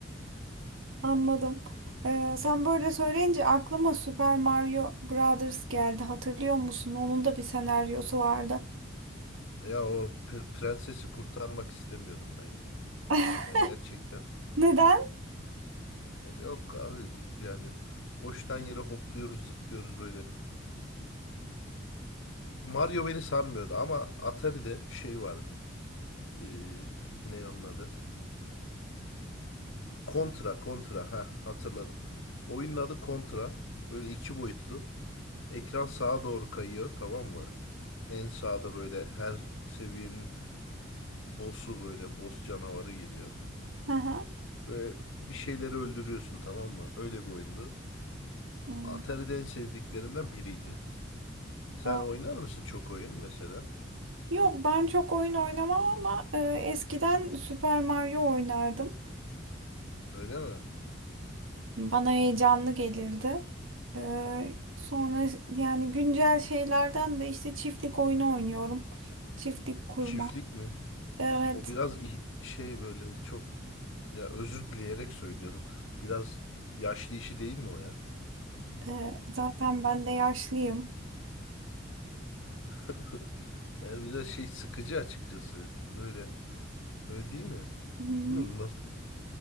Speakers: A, on the right (about 85°); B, on the left (about 80°).
A: Anladım. Ee, sen böyle söyleyince aklıma Super Mario Brothers geldi. Hatırlıyor musun? Onun da bir senaryosu vardı.
B: Ya o pr- prensesi kurtarmak istemiyordum ben ya.
A: <laughs>
B: Yani gerçekten.
A: Neden?
B: E, yok abi yani hoştan yere hopluyoruz, zıplıyoruz böyle. Mario beni sarmıyordu ama Atari'de şey vardı. E, ne onun adı? Contra, Contra. Ha hatırladım. Oyunun adı Contra. Böyle iki boyutlu. Ekran sağa doğru kayıyor, tamam mı? En sağda böyle her seviyenin boss'u böyle boss canavarı geliyor.
A: Hı hı.
B: Böyle bir şeyleri öldürüyorsun tamam mı? Öyle bir oyundu.
A: Hmm.
B: Atari'de en sevdiklerimden biriydi. Sen
A: Ha.
B: oynar mısın çok oyun mesela?
A: Yok ben çok oyun oynamam ama e, eskiden Super Mario oynardım.
B: Öyle mi?
A: Bana heyecanlı gelirdi. E, sonra yani güncel şeylerden de işte çiftlik oyunu oynuyorum. Çiftlik kurma.
B: Çiftlik mi?
A: Evet.
B: O biraz ih- şey böyle çok ya özür dileyerek söylüyorum. Biraz yaşlı işi değil mi o ya?
A: E, zaten ben de yaşlıyım.
B: <laughs> Yani biraz şey sıkıcı açıkçası. Böyle. Öyle değil mi?
A: Hı hı.
B: Bilmiyorum nasıl.